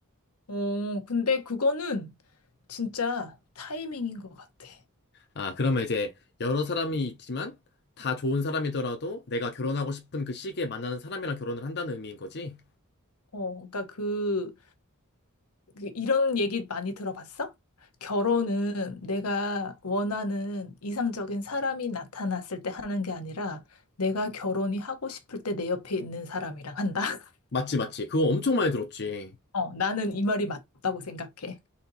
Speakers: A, on the left (about 80°); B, on the left (about 50°).
A: 어, 근데 그거는 진짜 타이밍인 것 같아.
B: 아, 그러면 이제 여러 사람이 있지만 다 좋은 사람이더라도 내가 결혼하고 싶은 그 시기에 만나는 사람이랑 결혼을 한다는 의미인 거지?
A: 어, 그러니까 그, 그 이런 얘기 많이 들어봤어? 결혼은 내가 원하는 이상적인 사람이 나타났을 때 하는 게 아니라 내가 결혼이 하고 싶을 때 내 옆에 있는 사람이랑 한다. <laughs>
B: 맞지, 맞지. 그거 엄청 많이 들었지.
A: 어, 나는 이 말이 맞다고 생각해.